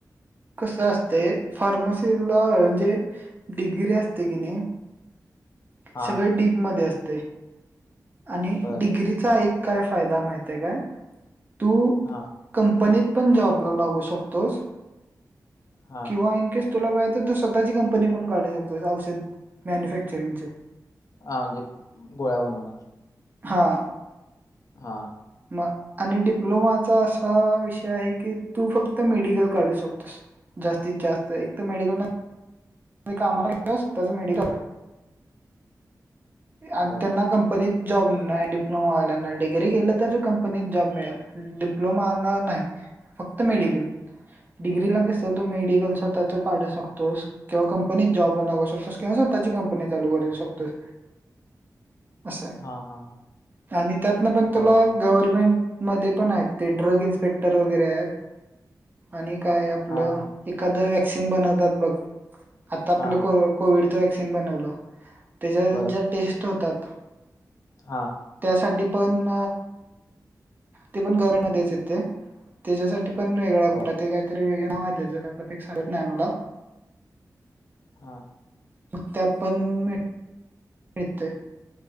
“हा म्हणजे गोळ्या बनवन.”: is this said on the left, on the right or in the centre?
Left